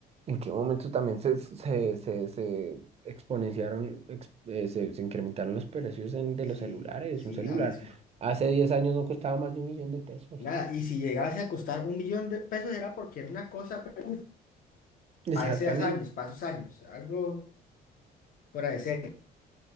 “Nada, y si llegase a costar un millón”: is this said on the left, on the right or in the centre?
Left